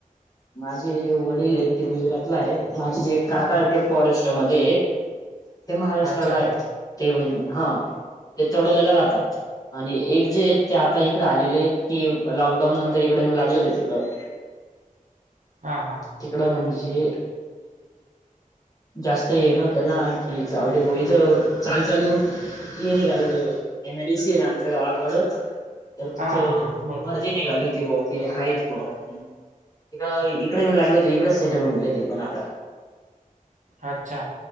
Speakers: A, on the left; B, on the right.
A: माझे जे वडील आहेत ते गुजरातला आहेत माझे जे काका आहेत ते फॉरेस्टमध्ये आहेत. ते महाराष्ट्राला
B: अच्छा.
A: आहेत ते हा ते तडोद्याला राहतात. आणि एक जे ते आता इकड आलेले आहेत ते लॉकडाऊन नंतर इकडे येऊन लागलेच आहेत.
B: हा हा.
A: तिकडं म्हणजे जास्त हे नव्हतं ना जाऊ बोईत- चालू चालू इ नाहीघाल एम. आय. डीसी आहे ना आमच्या गावाकडो. तर तिथं
B: हां, हां, हां. बरोबर.
A: भरजी नाहीघाली होतीी ब की हायच ब तिक इकडे येऊ लागले तर इकडे सेटल झाले ते आता.
B: अच्छा